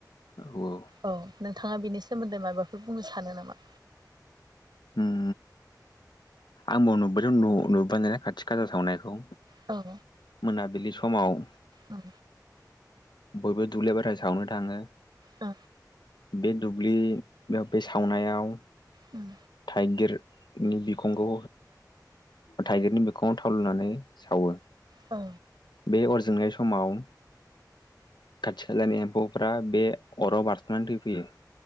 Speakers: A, on the left (about 85°); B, on the right (about 80°).
A: औ औ।
B: औ नोंथाङा बेनि सोमोन्दै माबाफोर बुंनो सानो नामा?
A: उम आंबो नुफैदों नु नुबनाय खाथि खाला सावनायखौ
B: औ
A: मोनाबिलि समाव
B: उम
A: बयबो दुब्लिबाथाय सावनो थाङो
B: अ
A: बे दुब्लियाव बे सावनायाव
B: उम
A: थाइगिरनि बिखंखौ थाइगिरनि बिखङाव थाव लनानै सावो।
B: औ
A: बे अरजोंनाय समाव खाथि खालानि एम्फौफ्रा बे अराव बारस'नानै थैफैयो